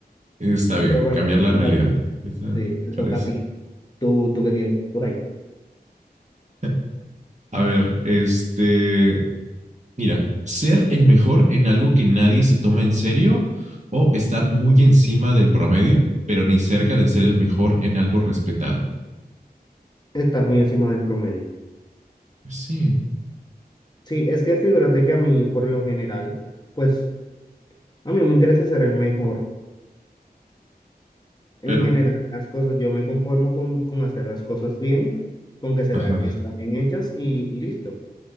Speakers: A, on the right (about 45°); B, on the left (about 25°).
A: Está bien,
B: Pero bueno,
A: cambiar la
B: ya,
A: realidad. Está,
B: sí, te
A: me parece.
B: toca a ti, tú, tú que tienes por ahí,
A: <laughs> A ver, este, mira, ser el mejor en algo que nadie se toma en serio o estar muy encima del promedio, pero ni cerca de ser el mejor en algo respetado.
B: estar muy encima del promedio.
A: Sí,
B: Sí, es que figúrate que a mí, por lo general, pues a mí no me interesa ser el mejor.
A: pero,
B: En general, las cosas, yo me conformo con, con hacer las cosas bien, con que se
A: ajá,
B: vea que están bien hechas y, y listo.